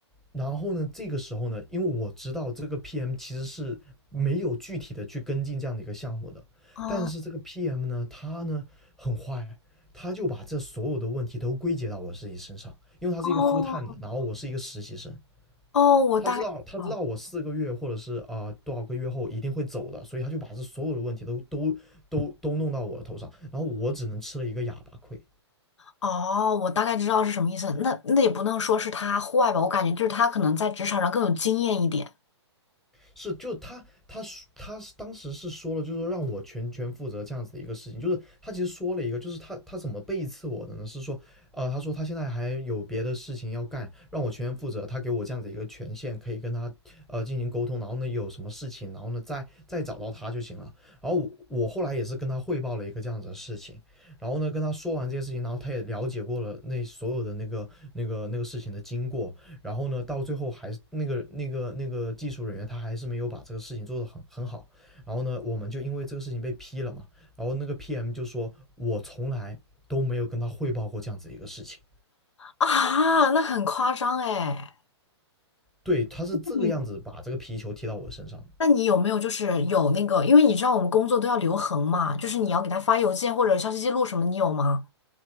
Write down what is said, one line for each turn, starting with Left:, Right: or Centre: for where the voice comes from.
Centre: 然后呢，这个时候呢，因为我知道这个 PM 其实是没有具体的去跟进这样的一个项目的，
Left: 啊，
Centre: 但是这个 PM 呢，他呢很坏，他就把这所有的问题都归结到我自己身上，因为他是一个
Left: 哦
Centre: full time 的，然后我是一个实习生，
Left: 哦，我大概哦
Centre: 他知道他知道我四个月或者是啊、呃多少个月后一定会走的，所以他就把这所有的问题都都都都弄到我的头上，然后我只能吃了一个哑巴亏。
Left: 哦，我大概知道是什么意思。那那也不能说是他坏吧，我感觉就是他可能在职场上更有经验一点
Centre: 是就他他他当时是说了，就是说让我全权负责这样子的一个事情，就是他其实说了一个，就是他他怎么背刺我的呢？是说，呃，他说他现在还有别的事情要干，让我全权负责，他给我这样子一个权限，可以跟他呃进行沟通，然后呢有什么事情，然后呢再再找到他就行了。然后我我后来也是跟他汇报了一个这样子的事情，然后呢跟他说完这些事情，然后他也了解过了那所有的那个那个那个事情的经过，然后呢，到最后还是那个那个那个技术人员他还是没有把这个事情做得很很好。然后呢，我们就因为这个事情被批了嘛。然后那个 PM 就说，我从来都没有跟他汇报过这样子一个事情。
Left: 啊，那很夸张哎。
Centre: 对，他是这个样子把这个皮球踢到我身上
Left: 嗯，那你有没有就是有那个，因为你知道我们工作都要留痕嘛，就是你要给他发邮件或者消息记录什么，你有吗？